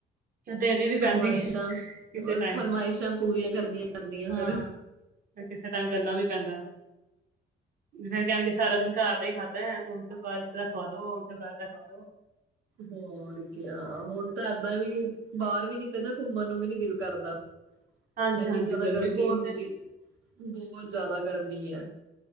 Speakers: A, on the right (about 45°); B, on the right (about 80°).
A: ਤੇ ਦੇਣੀ ਵੀ
B: ਫਰਮਾਇਸ਼ਾਂ
A: ਪੈਂਦੀ ਹੈ ਕਿਸੇ
B: ਉਹ
A: ਟਾਈਮ
B: ਫਰਮਾਇਸ਼ਾਂ ਪੂਰੀਆਂ ਕਰਨੀਆਂ ਪੈਂਦੀਆਂ
A: ਹਾਂ,
B: ਫੇਿਰ
A: ਫਿਰ ਕਿਸੇ ਟਾਈਮ ਕਰਨਾ ਵੀ ਪੈਂਦਾ। ਫੇਰ ਕਹਿਣਗੇ ਸਾਰਾ ਦਿਨ ਘਰ ਦਾ ਹੀ ਖਾਧਾ ਹੁਣ ਤਾਂ ਬਾਹਰ ਦਾ ਖਵਾ ਦੋ ਹੁਣ ਤਾਂ ਬਾਹਰ ਦਾ ਖਵਾ ਦੋ
B: ਹੋਰ ਕ ਹੁਣ ਤਾਂ ਏਦਾਂ ਵੀ ਬਾਹਰ ਵੀ ਕਿਤੇ ਨਾ ਘੁੰਮਣ ਨੂੰ ਵੀ ਨੀ ਦਿਲ ਕਰਦਾ
A: ਹਾਂਜੀ
B: ਇਨੀ
A: ਹਾਂਜੀ
B: ਜ਼ਿਆਦਾ ਗਰਮੀ
A: ਬਹੁਤ
B: ਹੁੰਦੀ
A: ਹੈ
B: ਬਹੁਤ ਜ਼ਿਆਦਾ ਗਰਮੀ ਹੈ